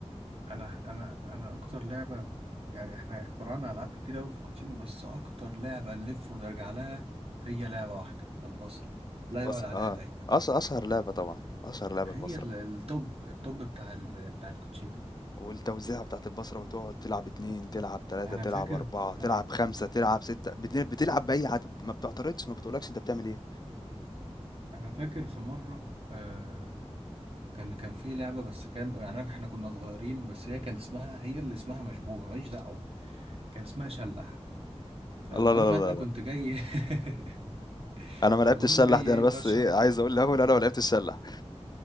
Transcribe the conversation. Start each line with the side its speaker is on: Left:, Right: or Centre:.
Right: انا انا انا اكتر لعبه يعني احنا اخترعنا العاب كتير قوي في كوتشينو بس اكتر لعبه نلف ونرجع لها هي لعبه واحده البصره لا
Left: البصرة
Right: يعلى عليها
Left: اه
Right: دايما
Left: أش... أشهر لعبة طبعا أشهر لعبة
Right: هي
Left: البصرة
Right: ال- التوب التوب بتاع ال... بتاع الكوتشينو
Left: والتوزيعة بتاعت البصرة وتقعد تلعب اتنين تلعب تلاتة
Right: انا
Left: تلعب
Right: فاكر
Left: أربعة تلعب
Right: انا
Left: خمسة تلعب ستة بت- بتلعب بأي عدد ما بتعترضش ما بتقولكش أنت بتعمل إيه
Right: انا فاكر في مره آه كان كان في لعبه بس كان يعني احنا كنا صغيرين بس هي كان اسمها هي اللي اسمها مشبوهه ماليش دعوه كان اسمها شلح فالمهم
Left: الله لا لا
Right: انا
Left: لا
Right: كنت
Left: لا
Right: جاي <laughs>
Left: أنا ما
Right: فالمهم
Left: لعبتش الشلح
Right: جاي
Left: دي
Right: ايه
Left: أنا بس
Right: بشرح
Left: إيه عايز أقول الأول أنا ما لعبتش الشلح